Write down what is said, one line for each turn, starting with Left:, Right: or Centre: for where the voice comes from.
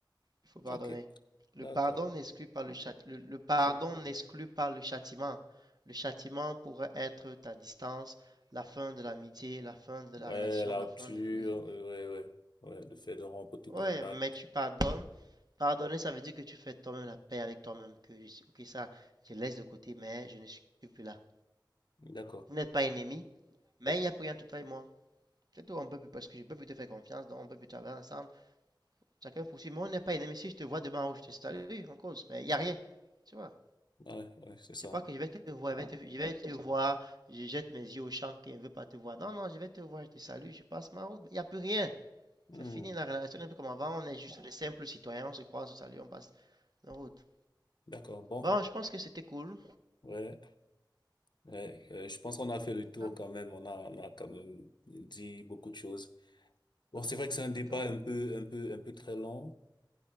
Right: il faut pardonner.
Left: OK.
Right: Le
Left: D'accord.
Right: pardon n'exclut pas le châti- le, le pardon n'exclut pas le châtiment. Le châtiment pourrait être ta distance, la fin de l'amitié, la fin de
Left: Ouais,
Right: la relation,
Left: la
Right: la
Left: rupture,
Right: fin de tout. Oui,
Left: euh, ouais, ouais, ouais, le fait de rompre tout
Right: ouais,
Left: contact.
Right: mais tu pardonnes. Pardonner, ça veut dire que tu fais toi-même la paix avec toi-même. Que je suis- ok, ça, je laisse de côté, mais je ne suis plus là.
Left: D'accord.
Right: Vous n'êtes pas ennemis, mais il n'y a plus rien entre toi et moi. C'est tout, on peut plus, parce que je peux plus te faire confiance, donc on peut plus travailler ensemble. Chacun poursuit. Moi, on n'est pas ennemis. Si je te vois demain ou je te salue, on cause. Mais il n'y a rien. Tu vois.
Left: Ouais, ouais, c'est
Right: C'est
Left: ça.
Right: pas que je vais te voir, je vais te, je vais te voir, je jette mes yeux au champ qui ne veut pas te voir. Non, non, je vais te voir, je te salue, je passe ma route. mais Il n'y a plus rien.
Left: Hmm,
Right: C'est fini la relation, n'est un peu comme avant. On est juste des simples citoyens, on se croise, on se salue, on passe nos routes.
Left: D'accord, bon.
Right: Bon, je pense que c'était cool.
Left: Ouais, ouais, euh, je pense qu'on a fait le
Right: Hein?
Left: tour
Right: D'accord,
Left: quand même. On a, on a quand même dit beaucoup de choses. Bon, c'est vrai que c'est un débat
Right: d'accord,
Left: un peu, un peu, un peu très long